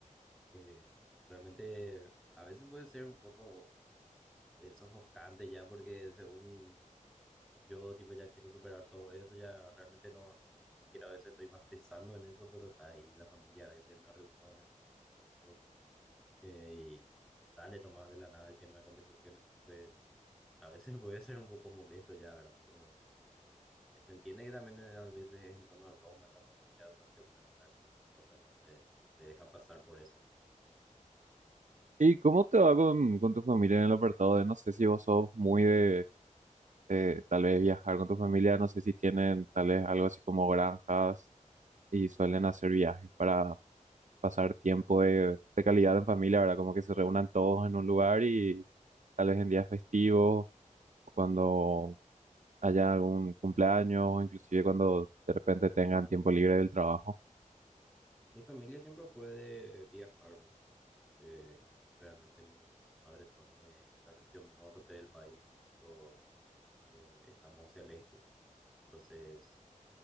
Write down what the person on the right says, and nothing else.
¿Y cómo te va con, con tu familia en el apartado de, no sé si vos sos muy de, de tal vez viajar con tu familia, no sé si tienen tal vez algo así como granjas y suelen hacer viajes para pasar tiempo de, de calidad en familia, ¿verdad? Como que se reúnan todos en un lugar y tal vez en días festivos cuando haya algún cumpleaños o inclusive cuando de repente tengan tiempo libre del trabajo.